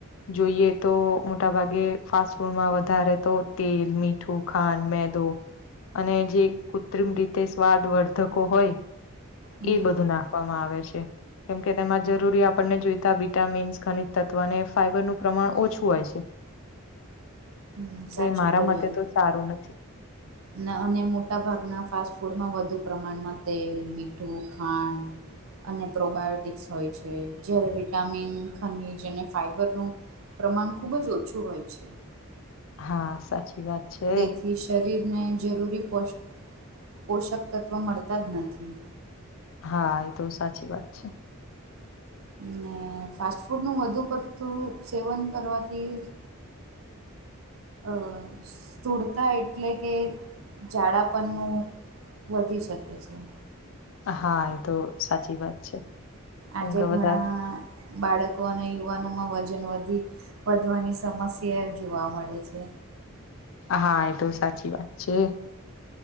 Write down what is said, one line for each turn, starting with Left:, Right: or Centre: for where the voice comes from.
Left: જોઈએ તો મોટા ભાગે ફાસ્ટફૂડમાં વધારે તો તેલ મી ઠું, ખાંડ, મેંદો અને જે કૃત્રિમ રીતે સ્વાદવર્ધકો હોય
Right: હમ
Left: એઈમ બધું નાખવામાં આવે છે. કેમ કે તેમાં જરૂરી આપણને જોઈતા વિટામીન્સ, ખનિજતત્વ અને ફાઈબરનું પ્રમાણ ઓછું હોય છે.
Right: હમ
Left: એટલે
Right: સાચું
Left: મારા
Right: કહ્યું
Left: મતે તો સારું નથી.
Right: <unintelligible> અને મોટા ભાગના ફાસ્ટફૂડમાં વધુ પ્રમાણમાં તેલ, મીઠું, ખાંડ અને પ્રોબાયોટિક્સ હોય છે. જ્યારે વિટામિન, ખનીજ અને ફાઈબરનું પ્રમાણ ખુબ જ ઓછું હોય છે.
Left: હા. સાચી વાત. છે
Right: તેથી શરીરને જરૂરી પોષ પોષકતત્ત્વો મળતા જ નથી.
Left: હા, ઈ તો સાચી વાત છે.
Right: ને ફાસ્ટ ફૂડનું વધુ પડતું સેવન કરવાથી અહ સ્થૂળતા એટલે કે જાડાપનું વધી શકે છે.
Left: હા, એ તો સાચી વાત છે. કેમ
Right: આજે
Left: કે
Right: ઘણા
Left: વધારે
Right: બાળકો અને યુવાનોમાં વજન વધી વધવાની સમસ્યા જોવા મળે છે.
Left: હા, એ તો સાચી વાત છે.